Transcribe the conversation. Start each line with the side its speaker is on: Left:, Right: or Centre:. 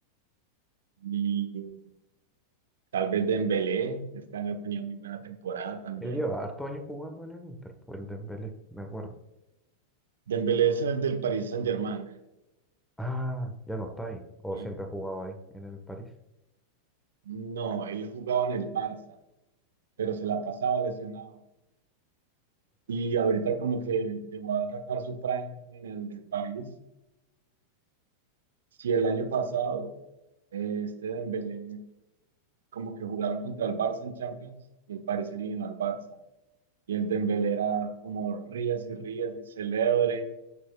Right: Y tal vez Dembélé, que este año tenía muy buena temporada también.
Centre: Él lleva harto años jugando en el Inter, pues el Dembélé, me acuerdo.
Right: Dembélé es el del Paris Saint-Germain.
Centre: Ah, ya no está ahí. O
Right: Y
Centre: siempre ha jugado ahí, en el París.
Right: no, él jugaba en el Barça, pero se la pasaba lesionado. Y ahorita como que llegó a sacar su prime en el de París. Si el año pasado eh, este Dembélé como que jugaron contra el Barça en Champions y el París eliminó al Barça. Y el Dembélé era como rías y rías y celebre.